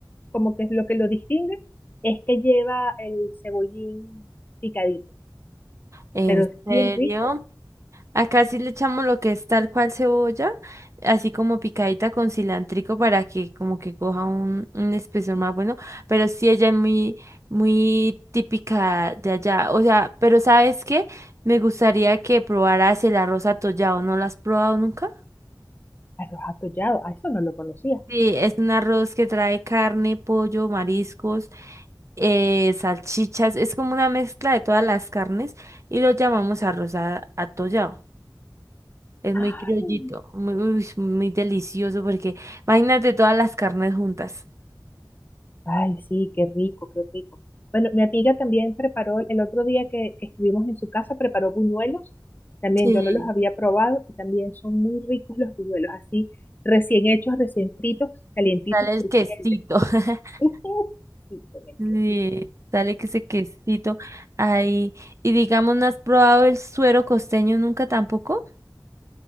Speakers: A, on the left; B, on the right.
A: como que es lo que lo distingue es que lleva el cebollín picadito,
B: ¿En
A: pero es
B: serio?
A: bien rico.
B: Acá sí le echamos lo que es tal cual cebolla, así como picadita con cilantrico para que como que coja un, un espesor más bueno, pero sí ella es muy, muy típica de allá. O sea, pero ¿sabes qué? Me gustaría que probaras el arroz atollado, ¿no lo has probado nunca?
A: Arroz atollado, a eso no lo conocía.
B: Sí, es un arroz que trae carne, pollo, mariscos, eh, salchichas, es como una mezcla de todas las carnes y lo llamamos arroz a- atollado. Es
A: ¡Ay!
B: muy criollito, muy, uy, muy delicioso porque imagínate todas las carnes juntas.
A: Ay, sí, qué rico, qué rico. Bueno, mi amiga también preparó, el otro día que, que estuvimos en su casa, preparó buñuelos. También
B: Sí.
A: yo no los había probado y también son muy ricos los buñuelos, así recién hechos, recién fritos, calientitos,
B: y que Sale el
A: crujientes.
B: quesito. <laughs>
A: <laughs> Sí, con el
B: Sí,
A: quesito.
B: sale que ese quesito ahí. Y digamos, ¿no has probado el suero costeño nunca tampoco?